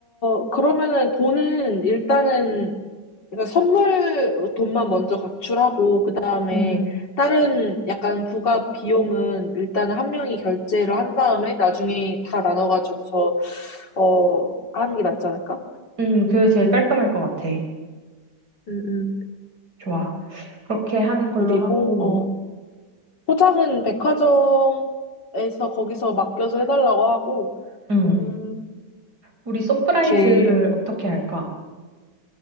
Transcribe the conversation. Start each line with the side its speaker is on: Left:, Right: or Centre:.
Left: 어, 그러면은 돈은 일단은, 그러니까 선물 돈만 먼저 각출하고, 그 다음에
Right: 음,
Left: 다른 약간 부가 비용은 일단 한 명이 결제를 한 다음에 나중에 다 나눠가지고서, 어, 하는 게 낫지 않을까?
Right: 음, 그게 제일 깔끔할 것 같아.
Left: 음, 음.
Right: 좋아. 그렇게 하는 걸로
Left: 그리고,
Right: 하고,
Left: 어, 포장은 백화점에서 거기서 맡겨서 해달라고 하고,
Right: 음,
Left: 음,
Right: 우리 서프라이즈를
Left: 오케이.
Right: 어떻게 할까?